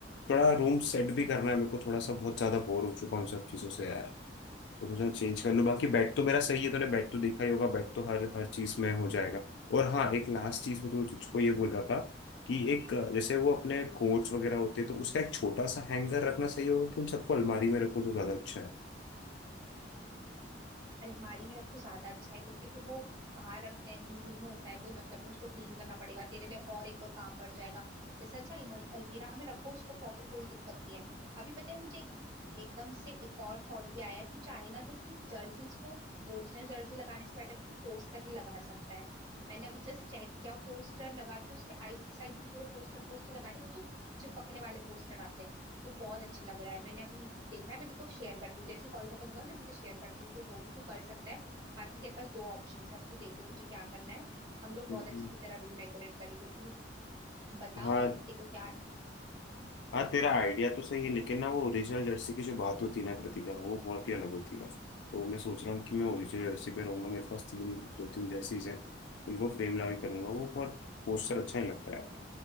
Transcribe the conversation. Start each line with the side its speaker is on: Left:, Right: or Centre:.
Left: थोड़ा रूम सेट भी करना है मेरे को थोड़ा सा बहुत ज्यादा बोर हो चुका हूँ उन सब चीजों से यार तो सोचा चेंज कर लूँ बाकी बेड तो मेरा सही है तूने बेड तो देखा ही होगा बेड तो हर हर चीज में हो जाएगा और हाँ एक लास्ट चीज में तू तुझको ये बोल रहा था कि एक अ, जैसे वो अपने कोट्स वगैरह होते हैं तो उसका एक छोटा सा हैंगर रखना सही होगा कि उन सबको अलमारी में रखूँ तो ज्यादा अच्छा है
Right: अलमारी में रखे ज्यादा अच्छा है क्योंकि फिर वो बाहर रखते हैं धूल में होता है कोई मतलब नहीं उसको क्लीन करना पड़ेगा तेरे लिए और एक और काम बढ़ जाएगा इससे अच्छा अलमारी अलमीरा में रखो उसको प्रॉपर कोई दिक्कत नहीं है अभी पता है मुझे एक- एकदम से एक और थॉट भी आया है तू चाहे ना तो तू जर्सीज को ओरिजिनल जर्सी लगाने से बेटर है तू पोस्टर भी लगा सकता है मैंने अभी जस्ट चेक किया पोस्टर लगा के उसके आइट साइड भी पूरे पोस्टर पोस्टर लगा दी वो जो चिपकने वाले पोस्टर आते हैं वो बहुत अच्छे लग रहा है मैंने अभी देखा है मैं तेरे को शेयर करती हूँ जैसे कॉल खत्म होगा मैं तुझे शेयर करती हूँ तो वो भी तू कर सकता है बाकी तेरे पास दो ऑप्शन है अब तू देख ले तुझे क्या करना है हम लोग बहुत
Left: हम्म।
Right: अच्छे से तेरा रूम डेकोरेट करेंगे तू बता
Left: हाँ
Right: और तेरे को क्या
Left: हाँ तेरा आइडिया तो सही है लेकिन ना वो ओरिजिनल जर्सी की जो बात होती है ना कृतिका वो बहुत ही अलग होती है तो मैं सोच रहा हूँ कि मैं ओरिजिनल जर्सी पे रहूंगा मेरे पास तीन दो तीन जर्सीज हैं उनको फ्रेम लगा के करूंगा वो बहुत पोस्टर अच्छा ही लगता है